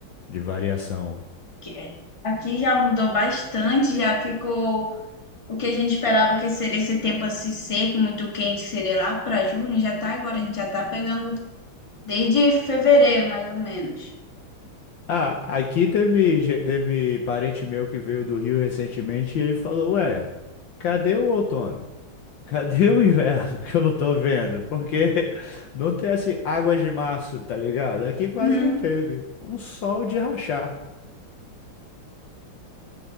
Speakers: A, on the left (about 65°); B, on the left (about 15°).
A: de variação.
B: que é- aqui já mudou bastante, já ficou o que a gente esperava que seria esse tempo assim seco, muito quente, que seria lá para junho, já tá agora, a gente já tá pegando desde fevereiro, mais ou menos.
A: Ah, aqui teve, ge- teve parente meu que veio do Rio recentemente e ele falou: Ué, cadê o outono? Cadê o inverno <laughs> que eu não tô vendo? Porque não tem assim águas de março, tá ligado? Aqui quase
B: Uhum.
A: não teve. Um sol de rachar.